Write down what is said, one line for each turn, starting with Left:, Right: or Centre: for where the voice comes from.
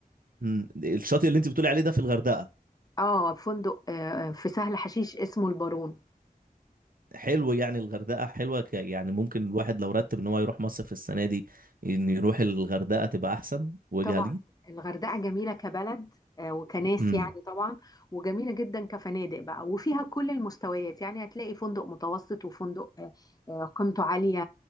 Right: أمم. الشاطئ اللي انت بتقولي عليه ده في الغردقه
Left: اه فندق آه، في سهل حشيش اسمه البارون
Right: حلو يعني الغردقة حلوة ك... يعني ممكن الواحد لو رتب ان هو يروح مصيف السنة دي ان يروح الغردقة تبقى احسن وجهة
Left: طبعا
Right: ليه
Left: الغردقة جميلة كبلد آه، وكناس
Right: امم
Left: يعني طبعا وجميلة جدا كفنادق بقى وفيها كل المستويات يعني هتلاقي فندق متوسط وفندق آه، آه، قيمته عالية